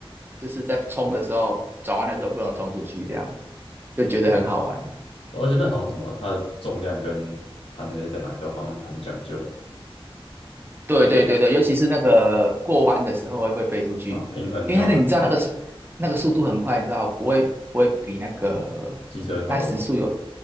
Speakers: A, on the right; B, on the left.
A: 就是在冲的时候，转弯的时候不能冲出去，这样就觉得很好玩。
B: 啊而且那好像什么，它的重量跟它那些在哪里都好像很讲究，
A: 对对对对，尤其是那个过弯的时候会会飞出去，
B: 对吧？平衡要很难，
A: 因为那个你知道那个那个速度很快，你知道不会不会比那个大概时速有
B: 机车差不多吧，